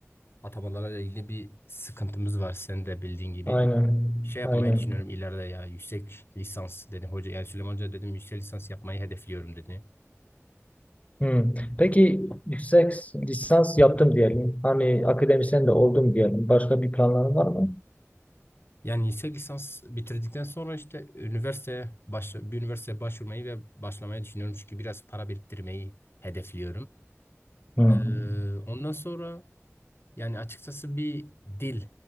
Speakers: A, on the left; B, on the left.
A: atamalarla ilgili bir sıkıntımız var sen de bildiğin gibi.
B: Aynen.
A: Şey yapmayı
B: Aynen.
A: düşünüyorum ileride ya yüksek lisans dedi hoca yani Süleyman Hoca dedim yüksek lisans yapmayı hedefliyorum dedi.
B: Hmm. Peki yüksek lisans yaptım diyelim. Hani akademisyen de oldum diyelim. Başka bir planların var mı?
A: Yani yüksek lisans bitirdikten sonra işte üniversiteye baş, bir üniversiteye başvurmayı ve başlamayı düşünüyorum çünkü biraz para biriktirmeyi hedefliyorum.
B: Hmm.
A: Ee, ondan sonra Yani açıkçası bir dil